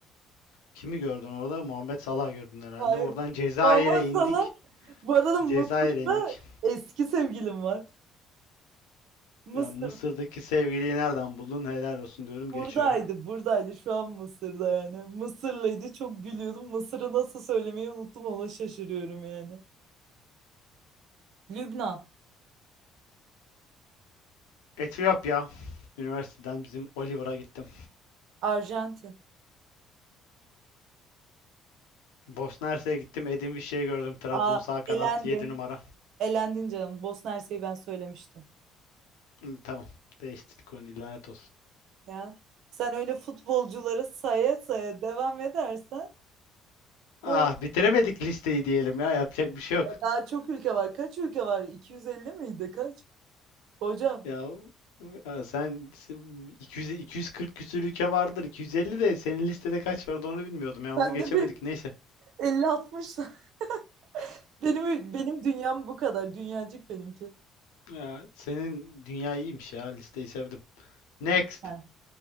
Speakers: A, on the left; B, on the right.
A: Kimi gördün orada? Muhammed Salah gördün herhalde.
B: Hayır.
A: Oradan Cezayir'e
B: Vallahi
A: indik.
B: sana. Bu arada Mısır'da
A: Cezayir'e indik.
B: eski sevgilim var. Mısır.
A: Yani Mısır'daki sevgiliyi nereden buldun? Helal olsun diyorum.
B: Buradaydı,
A: Geçiyorum.
B: buradaydı. Şu an Mısır'da yani. Mısırlıydı. Çok gülüyordum. Mısır'ı nasıl söylemeyi unuttum. Ona şaşırıyorum yani. Lübnan,
A: Etiyopya. Üniversiteden bizim Oliver'a gittim.
B: Arjantin.
A: Bosna Hersek'e gittim. Edin Vişçe'yi gördüm. Trabzon
B: Aa,
A: sağ kanat
B: elendin.
A: 7 numara.
B: Elendin canım. Bosna Hersek'i ben söylemiştim.
A: Hı, Tamam. Değiştirdik onu. Lanet olsun.
B: Ya. Sen öyle futbolcuları saya saya devam edersen böyle
A: Ah bitiremedik listeyi diyelim ya. Yapacak bir şey yok.
B: E, daha çok ülke var. Kaç ülke var? 250 miydi? Kaç? Hocam,
A: Ya ya sen sen 200 240 küsür ülke vardır. 250 de senin listede kaç vardı onu bilmiyordum ya.
B: ben
A: Onu geçemedik.
B: de bir
A: Neyse.
B: 50-60. <laughs> Benim benim dünyam bu kadar. Dünyacık benimki.
A: Ya senin dünya iyiymiş ya. Listeyi sevdim. Next.
B: Değil mi?